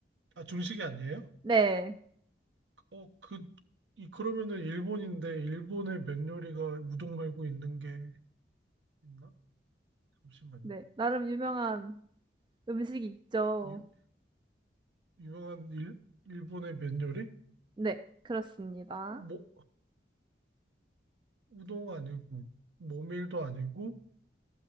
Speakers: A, on the right; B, on the right.
A: 아, 중식이 아니에요?
B: 네.
A: 어, 그, 이, 그러면은 일본인데, 일본의 면 요리가 우동 말고 있는 게 있나? 잠시만요.
B: 네. 나름 유명한 음식이 있죠.
A: 유, 유명한 일, 일본의 면 요리?
B: 네. 그렇습니다.
A: 어, 뭐, 우동 아니고, 모밀도 아니고,